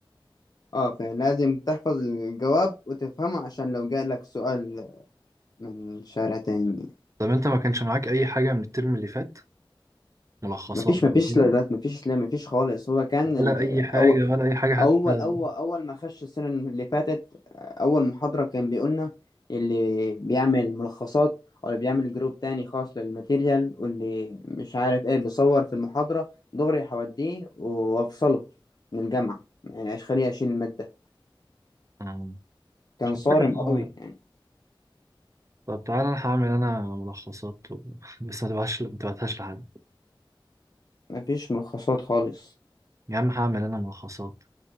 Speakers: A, on the left (about 50°); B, on the right (about 35°).
A: اه فلازم تحفظ الجواب وتفهمه عشان لو جاء لك سؤال من شارع تاني
B: طب أنت ما كانش معاك أي حاجة من الترم اللي فات ملخصات
A: مفيش مفيش
B: أو كده
A: لا مفيش لا مفيش خالص هو كان
B: ولا
A: ال-
B: أي حاجة
A: أو
B: ولا أي حاجة حتى
A: اول اول اول ما خش السنه اللي فاتت اول محاضره كان بيقولنا اللي بيعمل ملخصات او اللي بيعمل جروب تاني خاص للماتيريال واللي مش عارف ايه بيصور في المحاضره دغري هوديه وافصله من الجامعه يعني خليه اشيل الماده
B: آه،
A: كان
B: مش
A: صارم
B: عارف أنا
A: قوي يعني
B: طب تعالى أنا هعمل أنا ملخصات و... <laughs> بس ما تبعتش ما تبعتهاش لحد
A: مفيش ملخصات خالص
B: يا عم هعمل أنا ملخصات